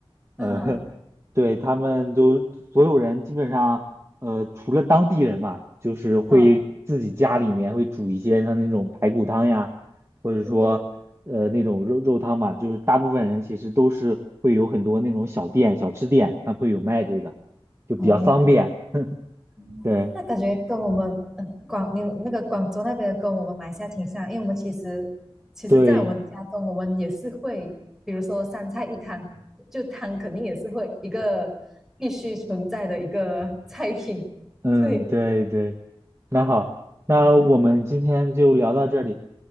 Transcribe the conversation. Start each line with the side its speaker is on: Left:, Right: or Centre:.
Centre: 嗯，
Right: 呃，<laughs> 对，他们都所有人基本上，呃，除了当地人嘛，就是会自己家里面会煮一些像那种排骨汤呀，
Centre: 好、
Right: 或者说呃那种肉肉汤嘛，
Centre: 对对。
Right: 就是大部分人其实都是会有很多那种小店、小吃店，它会有卖这个。就比较方便。
Centre: 哦，嗯，
Right: 对
Centre: 那感觉跟我们嗯，广你那个广州那边的跟我们马来西亚挺像，因为我们其实其实，
Right: 对，
Centre: 在我们家中，我们也是会，比如说三菜一汤，就汤肯定也是会一个必须存在的一个菜品。
Right: 嗯，
Centre: 对，
Right: 对对，那好，那我们今天就聊到这里，